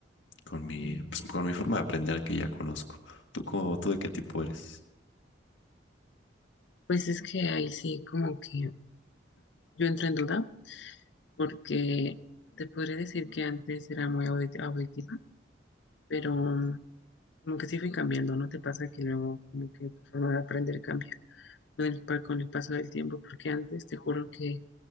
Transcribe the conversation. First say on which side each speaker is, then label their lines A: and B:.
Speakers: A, on the left (about 80°); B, on the left (about 70°).
A: con mi, pues, con mi forma de aprender que ya conozco. ¿Tú, co- tú de qué tipo eres?
B: Pues es que ahí sí como que yo entro en duda porque te podría decir que antes era muy audi- auditiva, pero mm, como que sí fui cambiando, ¿no te pasa que luego como que tu forma de aprender cambia con el, pa- con el paso del tiempo? Porque antes te juro que